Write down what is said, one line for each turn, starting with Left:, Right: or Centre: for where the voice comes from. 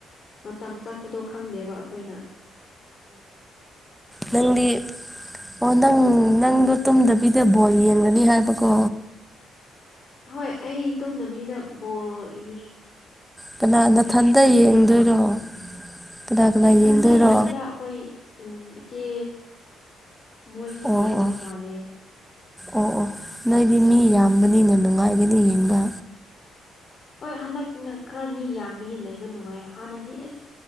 Left: ꯃꯇꯝ ꯆꯠꯄꯗꯣ ꯈꯪꯗꯦꯕ ꯑꯩꯈꯣꯏꯅ
Centre: ꯅꯪꯗꯤ ꯑꯣ ꯅꯪ ꯅꯪꯗꯣ ꯇꯨꯝꯗꯕꯤꯗ ꯕꯣꯜ ꯌꯦꯡꯒꯅꯤ ꯍꯥꯏꯕꯀꯣ
Left: ꯍꯣꯏ ꯑꯩ ꯇꯨꯝꯅꯕꯤꯗ ꯕꯣꯜ ꯌꯦꯡ
Centre: ꯀꯅꯥ ꯃꯅꯥꯊꯟꯇ ꯌꯦꯡꯗꯣꯏꯔꯣ ꯀꯅꯥ ꯀꯅꯥ
Left: ꯏꯊꯟꯇ
Centre: ꯌꯦꯡꯗꯣꯏꯔꯣ
Left: ꯌꯦꯡꯉꯣꯏꯗ ꯑꯩꯈꯣꯏ ꯏꯆꯦ ꯃꯣꯏꯁꯨ
Centre: ꯑꯣ
Left: ꯌꯦꯡꯗꯧ
Centre: ꯑꯣ
Left: ꯃꯥꯜꯂꯦ
Centre: ꯑꯣ ꯑꯣ ꯅꯣꯏꯗꯤ ꯃꯤ ꯌꯥꯝꯕꯅꯤꯅ ꯅꯨꯡꯉꯥꯏꯒꯅꯤ ꯌꯦꯡꯕ
Left: ꯍꯣꯏ ꯍꯟꯗꯛꯅ ꯈꯔ ꯃꯤ ꯌꯥꯝꯕꯒꯤ ꯂꯩꯕ ꯅꯨꯡꯉꯥꯏ ꯍꯥꯟꯅꯗꯤ ꯑꯦꯁ